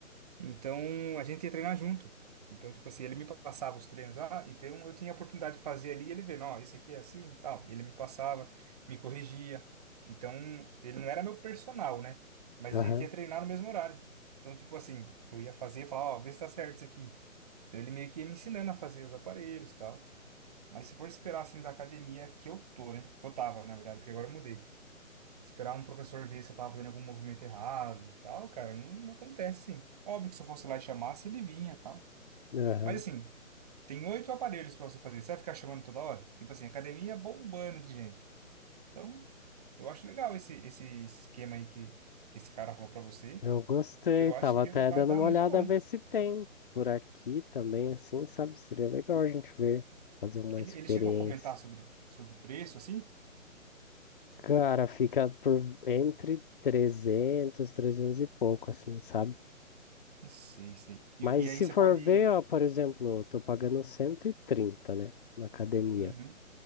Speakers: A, on the right (about 30°); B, on the left (about 40°).
A: Então a gente ia treinar junto. Então, tipo assim, ele me passava os treinos lá, então eu tinha a oportunidade de fazer ali, e ele vendo, ó, esse aqui é assim, e tal. E ele me passava, me corrigia. Então, ele não era meu personal, né? Mas
B: Aham,
A: a gente ia treinar no mesmo horário. Então, tipo assim, eu ia fazer e falava, ó, vê se tá certo isso aqui. Então, ele meio que ia me ensinando a fazer os aparelhos e tal. Mas se for esperar assim da academia que eu tô, né? Que eu tava, na verdade, porque agora eu mudei. Esperar um professor ver se eu tava fazendo algum movimento errado, tal, cara, não, não acontece assim. Óbvio que se eu fosse lá e chamasse, ele vinha, tal.
B: aham.
A: Mas assim, tem oito aparelhos pra você fazer. Você vai ficar chamando toda hora? Tipo assim, academia bombando de gente. Então, eu acho legal esse, esse esquema aí que, que esse cara falou pra você.
B: Eu gostei,
A: E eu
B: tava
A: acho que
B: até
A: vai
B: dando
A: dar
B: uma
A: muito
B: olhada
A: bom.
B: a ver se tem por aqui também, assim, sabe? Seria legal a gente ver, fazer uma
A: Ele,
B: experiência.
A: ele chegou a comentar sobre, sobre preço, assim?
B: Cara, fica por entre trezentos 300 e pouco, assim, sabe?
A: Não sei, sei. E,
B: Mas
A: e
B: se
A: aí você
B: for
A: pode.
B: ver, ó, por exemplo, eu tô pagando cento e trinta né, na academia.
A: Uhum.